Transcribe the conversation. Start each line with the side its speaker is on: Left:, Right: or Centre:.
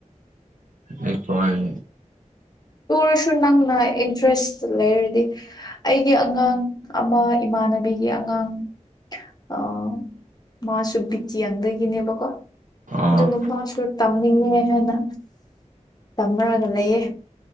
Right: ꯑꯩ ꯄꯌꯦ
Left: ꯇꯨꯔꯁꯨ ꯅꯪꯅ ꯏꯟꯇꯔꯦꯁꯇ ꯂꯩꯔꯗꯤ ꯑꯩꯒꯤ ꯑꯉꯥꯡ ꯑꯃ ꯏꯃꯥꯟꯅꯕꯤꯒꯤ ꯑꯉꯥꯡ ꯑ ꯃꯥꯁꯨ ꯕꯤꯀꯤꯌꯥꯡꯗꯒꯤꯅꯦꯕꯀꯣ
Right: ꯑꯣ
Left: ꯑꯗꯨ ꯅꯨ ꯃꯥꯁꯨ ꯇꯝꯅꯤꯡꯉꯦ ꯍꯥꯏꯅ ꯇꯝꯃꯔꯒ ꯂꯩꯌꯦ